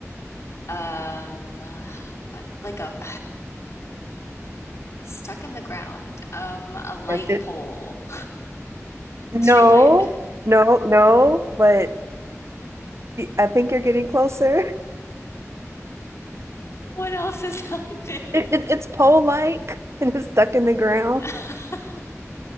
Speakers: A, on the left (about 60°); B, on the right (about 60°).
A: um, uh, what? Like a <sighs> stuck in the ground. Um, a light
B: Yes, it.
A: pole,
B: No.
A: <laughs> street light.
B: No, no, but I think you're getting closer. <laughs>
A: What else is out there?
B: It, it, it's pole-like <laughs> and it's stuck in the ground.
A: <laughs>